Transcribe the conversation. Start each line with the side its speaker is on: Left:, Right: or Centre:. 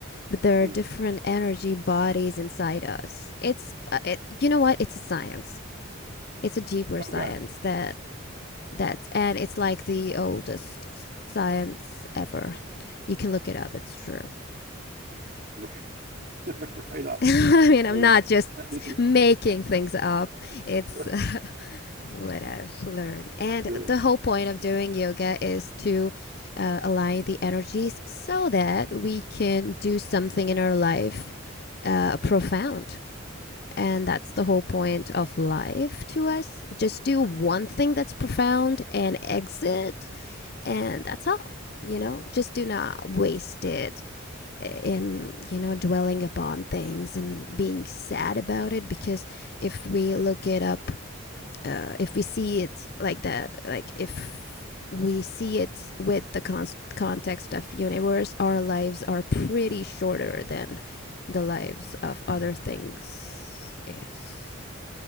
Left: but there
Right: Hmm.
Left: are different energy bodies inside us. It's uh, it, you know what? It's a science. It's a deeper
Right: Okay.
Left: science that that's and it's like the oldest science ever. You can look it up. It's true.
Right: <laughs> Right
Left: <laughs>
Right: on.
Left: I mean, I'm
Right: Right
Left: not just
Right: on.
Left: making
Right: <laughs>
Left: things up. It's
Right: Sure.
Left: <laughs> uh, what I've learned. And
Right: Sure.
Left: the whole point of doing yoga is to uh, align the energies so that we can do something in our life uh, profound And that's
Right: Mm.
Left: the whole point of life to us. Just do one thing that's profound and exit, and that's all. You know, just do not waste it in, you know, dwelling upon things and being sad about it because if we look it up, uh, if we see it like that, like if we see it with the con- context of universe our lives are pretty shorter than the lives of other things is